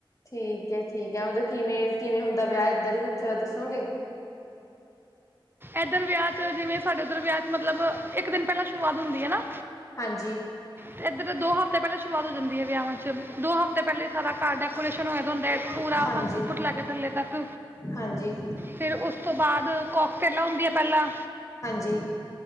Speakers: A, on the left; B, on the right.
A: ਠੀਕ ਐ ਠੀਕ ਐ, ਮਤਲਬ ਕਿਵੇਂ, ਕਿਵੇਂ ਹੁੰਦਾ ਵਿਆਹ ਏਦਰ ਕੁੱਛ ਦੱਸੋਗੇ?
B: ਏਦਰ ਵਿਆਹ ਚ, ਜਿਵੇਂ ਸਾਡੇ ਓਦਰ ਵਿਆਹ ਚ ਮਤਲਬ ਇੱਕ ਦਿਨ ਪੈਲਾਂ ਸ਼ੁਰੂਆਤ ਹੁੰਦੀ ਐ ਨਾ
A: ਹਾਂਜੀ।
B: ਤੇ ਏਦਰ ਦੋ ਹਫਤੇ ਪੈਲਾਂ ਸ਼ੁਰੂਆਤ ਹੋ ਜਾਂਦੀ ਐ ਵਿਆਹਾਂ ਚ, ਦੋ ਹਫਤੇ ਪੈਲੇ ਈ ਸਾਰਾ ਘਰ ਡੈਕੋ ਡੇਕੋਰੇਸ਼ਨ ਹੋਇਆ ਦਾ ਹੁੰਦਾ ਪੂਰਾ
A: ਹਾਂਜੀ
B: ਅੰਕ ਉੱਪਰ ਤੋਂ ਲੈਕੇ ਥੱਲੇ ਤੱਕ
A: ਹਾਂਜੀ
B: ਫਿਰ ਉਸ ਤੋਂ ਬਾਅਦ ਕੋਕ ਟੇਲਾ ਹੁੰਦੀਆਂ ਪੈਲਾਂ
A: ਜੀ।